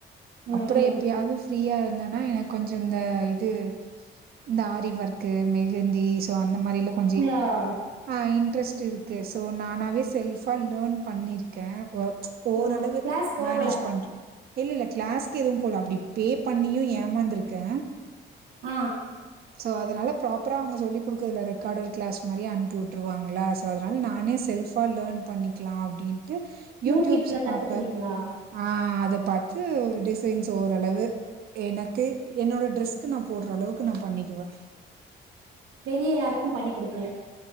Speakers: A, on the right; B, on the right.
A: ம்
B: அப்புறோ
A: ம்
B: எப்பயாவ்து ஃப்ரீயா இருந்தன்னா எனக்கொஞ்சு இந்த இது இந்த ஆரி வர்க்கு மெஹந்தி சோ அந்த மாரிலா கொஞ்ச
A: ஆ
B: ஆ இன்ட்ரெஸ்ட் இருக்கு ஸோ நானாவே செல்ஃபா லேன் பண்ணியிருக்கே ஒக் ஓரளவு
A: ஓ கிளாஸ் போகல
B: மேனேஜ் பண்ற இல்ல இல்ல க்ளாஸ்க்கு எதுவும் போல அப்டி பே பண்ணியு ஏமாந்துருக்கே
A: ஆ
B: சோ அதனால ப்ராப்பரா அவுங்க சொல்லி குடுக்குற இந்த ரெக்காடு க்ளாஸ் மாரி அன்ப்பிவுட்ருவாங்களா அதுனால நானே செல்ஃபா லேன் பண்ணிக்கலா அப்டீன்ட்டு யூடியூப்ஸ்
A: யூடியூப்ல கத்துக்குறீங்களா
B: பாப்பே ஆ அத பாத்து டிசைன்ஸ் ஓரளவு எனக்கு என்னோட ட்ரெஸ்க்கு நா போட்ற அளவுக்கு நா பண்ணிக்குவே
A: வெளியே யாருக்கும் பண்ணி குடுக்கல